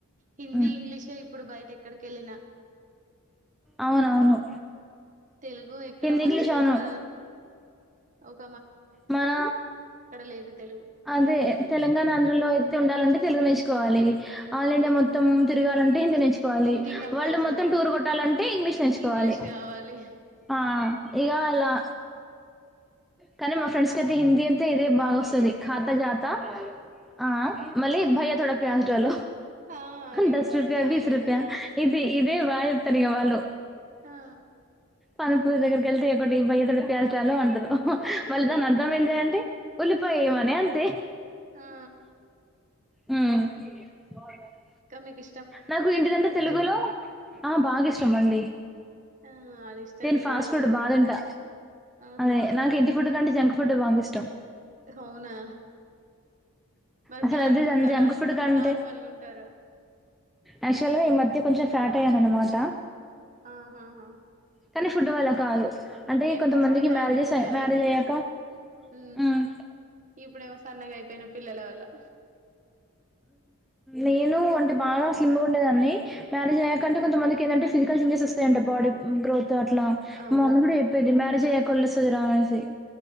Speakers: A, on the right (about 35°); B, in the centre.
A: హిందీ
B: ఉమ్
A: ఇంగ్లీషే ఇప్పుడు బయట ఎక్కడికి వెళ్ళిన
B: అవునవును
A: తెలుగు ఎక్కడ
B: హిందీ
A: మన
B: ఇంగ్లీష్
A: స్టేట్ల
B: అవును
A: ఓకే
B: మన
A: లేదు తెలుగు
B: అదే తెలంగాణ ఆంధ్రలో అయితే ఉండాలంటే తెలుగు నేచుకోవాలి ఆల్
A: ఉమ్
B: ఇండియా మొత్తం తిరగాలంటే హిందీ నేర్చుకోవాలి
A: హిందీ కంపల్సరీ
B: వరల్డ్ మొత్తం టూర్ కొట్టాలంటే ఇంగ్లీష్ నేర్చుకోవాలి
A: ఇంగ్లీష్ కావాలి
B: ఆ ఇకా అలా కానీ మా ఫ్రెండ్స్ క అయితే హిందీ అంత ఇదే బా వస్తది ఖాతా జాత ఆ మళ్ళీ భయ్య తోడ ప్యాస్ డాలో
A: ఆ అది
B: దస్
A: ఫస్ట్
B: రూపాయా
A: మెయిన్
B: బీస్ రూపాయా
A: అది
B: ఇది ఇదే బా చెప్తారు వాళ్ళు
A: ఆ
B: పనిపురి దగ్గరికి వెళ్తే ఎటికి బయ్య ప్యాస్ డాలో అంటారు
A: అంతే
B: మళ్ళీ దాని అర్థం ఏం చేయండి ఉల్లిపయ వేయమని అంతే
A: ఆ
B: అ <inaudible>
A: మికి
B: నాకు ఇంటిదంటే తెలుగులో ఆ బాగా ఇష్టం అండి
A: ఆ అది ఇష్టం
B: నేను
A: లేని
B: ఫాస్ట్
A: వాళ్ళు
B: ఫుడ్
A: ఎవరుంటారు
B: బా తింట
A: ఆహా
B: అదే నాకు ఇంటి ఫుడ్ కంటే జంక్ ఫుడ్ బాగా ఇష్టం
A: అవునా మరి
B: అసలు
A: ఫ్యాట్గా
B: అదే
A: ఉంటారా
B: జంక్ ఫుడ్ కంటే
A: నార్మల్గా ఉంటారా
B: యాక్చువల్ గా ఈ మధ్య కొంచెం ఫ్యాట్ అయను అన్నమాట
A: ఆహాహా
B: కానీ ఫుడ్ వల్ల కాదు అంటే
A: నేను
B: కొంతమందికి
A: ఫస్ట్ ఫ్యాట్గా
B: మ్యారేజెస్
A: ఉండేదాన్ని
B: మ్యారేజ్ అయ్యాక
A: హ
B: హ్మ్
A: ఇప్పుడేమో సన్నగా అయిపోయిన పిల్లలవ లా
B: నేను అంటే బాగా స్లిమ్గ ఉండేదాన్ని మ్యారేజ్ అయ్యాక కొంత మందికి ఏంది అంటే ఫిజికల్ చేంజె వస్తాయింట బాడీ గ్రోత్ అట్లా
A: అవునవును
B: మా మమ్మీ కూడా చెప్పేది మ్యారేజ్ అయ్యాక <inaudible>